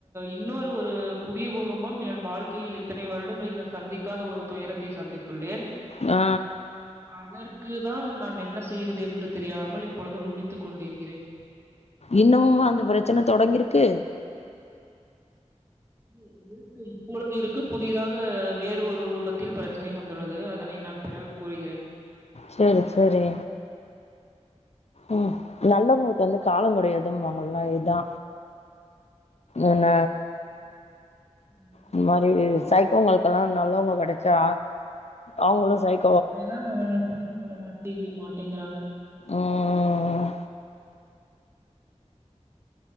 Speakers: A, on the right; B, on the left.
A: இன்னோரு ஒரு புதிய பூகம்பம் என் வாழ்க்கையில் இத்தனை வருடங்களில் நா சந்திக்காத ஒரு துயரத்தை சந்தித்துள்ளேன்
B: ஆ
A: அதற்கு தான் நான் என்ன செய்வது என்று தெரியாமல் இப்பொழுது முடித்து கொண்டிருக்கிறேன்
B: இன்னமுமா அந்த பிரச்சன தொடங்கிருக்கு
A: இருக்கு இருக்கு இப்பொழுது இருக்கு புதியதாக வேறு ஒரு ரூபத்தில் பிரச் சனை வந்துள்ளது அதனை நான் பிறகு கூறுகிறேன்
B: செரி செரி ம் நல்லவுங்குளுக்கு வந்து காலோ கெடையாதும்பாங்கல்ல இதுதா என்ன
A: அதுதான்
B: இந்த
A: என்ன
B: மாரி
A: பண்றது
B: சைக்கோங்களுக்கெல்லா நல்லவுங்க கெடைச்சா அவங்களு சைக்
A: அதைதா அவர்கள் புரிந்து கொள்ள மாட்டே மாட்டேங்கிறாங்க
B: ம்